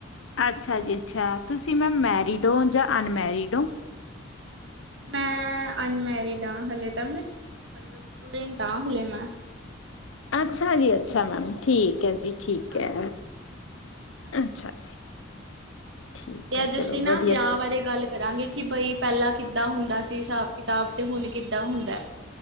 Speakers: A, on the left (about 75°); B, on the right (about 60°).
A: ਅੱਛਾ ਜੀ ਅੱਛਾ। ਤੁਸੀ ਮੈਮ ਮੈਰਿਡ ਓ ਜਾਂ ਅਨਮੈਰਿਡ ਓ?
B: ਮੈਂ ਅਨਮੈਰਿਡ ਆਂ। ਹਾਲੇੇ ਤਾਂ ਮੈਂ ਸ ਮਤਲਬ ਸਟੂਡੈਂਟ ਆਂ ਹਾਲੇੇ ਮੈਂ।
A: ਅੱਛਾ ਜੀ ਅੱਛਾ ਮੈਮ। ਠੀਕ ਐ ਜੀ। ਠੀਕ
B: ਹਾਂਜੀ
A: ਐ।
B: ਹਾਂਜੀ
A: ਅੱਛਾ ਜੀ। ਠੀਕ
B: ਤੇ ਆੱਜ
A: ਹੈ ਚਲੋ
B: ਅਸੀ ਨਾ
A: ਵਧੀਆ
B: ਵਿਆ ਬਾਰੇ ਗੱਲ ਕਰਾਂਗੇ ਕਿ ਬਈ ਪੈਲਾਂ ਕਿੱਦਾਂ ਹੁੰਦਾ ਸੀ ਹਿਸਾਬ ਕਿਤਾਬ ਅਤੇ ਹੁਣ ਕਿੱਦਾਂ ਹੁੰਦਾ।